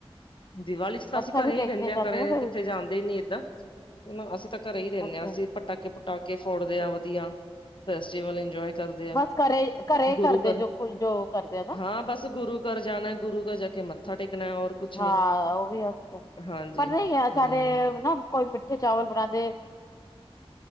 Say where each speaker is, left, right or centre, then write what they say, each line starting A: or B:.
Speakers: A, on the left; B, on the left.
A: ਦੀਵਾਲੀ 'ਚ ਤਾਂ
B: ਮੱਥਾ
A: ਅਸੀਂ ਘਰੇ
B: ਵੀ ਟੇਕਣੇ
A: ਹੀ ਰਹਿੰਨੇ ਆ,
B: ਜਾਂਦੇ
A: ਘਰੇ
B: ਨਾ ਫਿਰ
A: ਕਿੱਥੇ ਜਾਂਦੇ ਹੀ ਨੀ, ਏਦਾਂ। ਨਾ, ਅਸੀਂ ਤਾਂ ਘਰੇ ਹੀ ਰਹਿੰਦੇ
B: ਅੱਛਾ
A: ਆ, ਅਸੀਂ ਪਟਾਕੇ-ਪੁਟਾਕੇ ਫੋੜਦੇ ਆ ਵਧੀਆ, ਫੇਸਟੀਵਲ ਇੰਜੋਏ ਕਰਦੇ ਆ,
B: ਬਸ ਘਰੇ ਘਰੇ
A: ਗੁਰੂ
B: ਕਰਦੇ
A: ਘਰ,
B: ਜੋ ਕੁਝ ਜੋ ਕਰਦੇ ਆ ਨਾ
A: ਹਾਂ ਬਸ ਗੁਰੂ ਘਰ ਜਾਣਾ ਗੁਰੂ ਘਰ ਜਾਕੇ ਮ ਮੱਥਾ ਟੇਕਣਾ, ਔਰ ਕੁਛ ਨੀ।
B: ਹਾਂ ਉਹ ਵੀ ਅਸੀਂ
A: ਹਾਂਜੀ
B: ਪਰ ਨਹੀਂ ਅ ਸਾਡੇ
A: ਹਮ
B: ਨਾ, ਕੋਈ ਮਿੱਠੇ ਚਾਵਲ ਬਣਾਂਦੇ